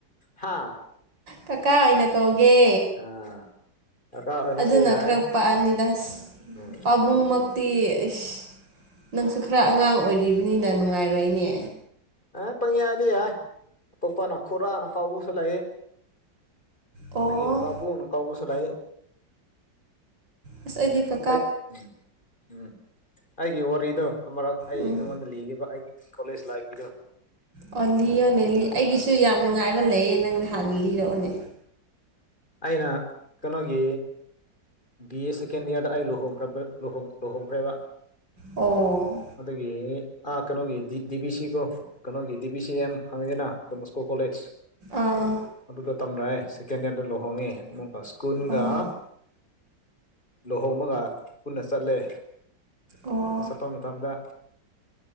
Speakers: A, on the left; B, on the right.
A: ꯍꯥ
B: ꯀꯀꯥ ꯑꯣꯏꯅ ꯀꯧꯒꯦ
A: ꯑꯥ ꯀꯀꯥ ꯑꯣꯏꯅꯁꯨ
B: ꯑꯗꯨꯅ
A: ꯌꯥꯏ
B: ꯈꯔ ꯄꯥꯛꯑꯅꯤꯗꯥꯁ
A: ꯎꯝ
B: ꯄꯥꯕꯨꯡꯃꯛ ꯗꯤ ꯑꯁ ꯅꯪꯁꯨ ꯈꯔ ꯑꯉꯥꯡ ꯑꯣꯏꯔꯤꯕꯅꯤꯅ ꯅꯨꯡꯉꯥꯏꯔꯣꯏꯅꯦ
A: ꯑ ꯄꯪ ꯌꯥꯗ ꯌꯥꯏ ꯑꯇꯣꯄꯅ ꯈꯨꯔꯥꯅ ꯀꯥꯎꯕꯁꯨ ꯂꯩ
B: ꯑꯣ
A: ꯑꯗꯒꯤ ꯄꯥꯕꯨꯡꯅ ꯀꯥꯎꯕꯁꯨ ꯂꯩ
B: ꯑꯁ ꯑꯩꯗꯤꯀꯛ
A: ꯑꯩ ꯎꯝ ꯎꯝ ꯑꯩꯒꯤ ꯋꯥꯔꯤꯗꯣ ꯑꯃꯨꯔꯛ ꯑꯩ
B: ꯎꯝ
A: ꯅꯪꯉꯣꯟꯗ ꯂꯤꯈꯤꯕ ꯑꯩꯒꯤ ꯀꯣꯂꯦꯖ ꯂꯥꯏꯐꯀꯤꯗꯣ
B: ꯑꯣ ꯂꯤꯌꯅꯦ ꯂꯤ ꯑꯩꯒꯤꯁꯨ ꯌꯥꯝ ꯅꯨꯡꯉꯥꯏꯕ ꯂꯩꯌꯦ ꯅꯪ ꯍꯥꯟꯅ ꯂꯤꯔꯛꯑꯣꯅꯦ
A: ꯑꯩꯔ ꯀꯩꯅꯣꯒꯤ ꯕꯤ ꯑꯦꯁ ꯀꯦꯟꯗꯤꯌꯥꯗ ꯑ ꯂꯨꯍꯣꯡꯈ꯭ꯔ ꯂꯍꯣ ꯂꯨꯍꯣꯡꯈ꯭ꯔꯦꯕ
B: ꯑꯣ
A: ꯑꯗꯨꯒꯤ ꯑꯥ ꯀꯩꯅꯣꯒꯤ ꯗꯤ ꯕꯤ ꯁꯤ ꯀꯣ ꯀꯩꯅꯣꯒꯤ ꯗꯤ ꯕꯤ ꯁꯤ ꯑꯦꯝ ꯍꯪꯉꯦꯅ ꯗꯣꯟ ꯕꯣꯁꯀꯣ ꯀꯣꯂꯦꯖ
B: ꯑꯥ
A: ꯑꯗꯨꯗ ꯇꯝꯂꯛꯑꯦ ꯁꯦꯀꯦꯟ ꯏꯌꯥꯔꯗ ꯂꯨꯍꯣꯡꯉꯤ ꯑꯗꯨꯒ ꯁ꯭ꯀꯨꯟꯒ
B: ꯑꯣ
A: ꯂꯨꯍꯣꯡꯕꯒ ꯄꯨꯟꯅ ꯆꯠꯂꯦ
B: ꯑꯣ
A: ꯆꯠꯄ ꯃꯇꯝꯗ